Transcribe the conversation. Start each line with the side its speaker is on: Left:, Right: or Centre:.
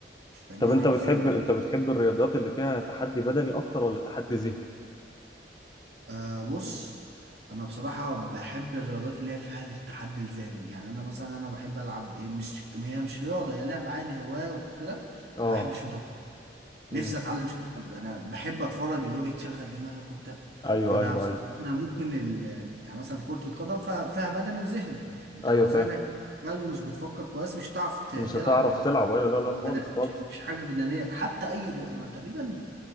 Right: فنان
Left: طب انت
Right: حرفيا
Left: بتحب انت بتحب الرياضيات اللي فيها تحدي بدني اكتر ولا تحدي ذهني
Right: أه بص انا بصراحه بحب الرياضات اللي هي فيها التحدي الذهني يعني انا مثلا انا بحب العب ايه مش هي مش رياضه هي لعب عادي هوايه وكده
Left: اه
Right: انا بحب الشطرنج نفسي
Left: امم
Right: اتعلم شطرنج انا بحب اتفرج اللي هو ايه تشغل دماغك وبتاع
Left: ايوه
Right: فانا
Left: ايوه
Right: بصراحه
Left: ايوه
Right: انا ممكن ال... يعني مثلا كره القدم فيها فيها بدني وذهني انت
Left: ايوه
Right: لو ذهنك
Left: فاهم
Right: مشغول ومش بتفكر كويس مش هتعرف ت- تلعب
Left: مش هتعرف
Right: يعني
Left: تلعب ايوه لا لا
Right: مش بدأ-
Left: خالص خالص
Right: مش مش حاجه بدنيه حتى اي رياضه انا تقريبا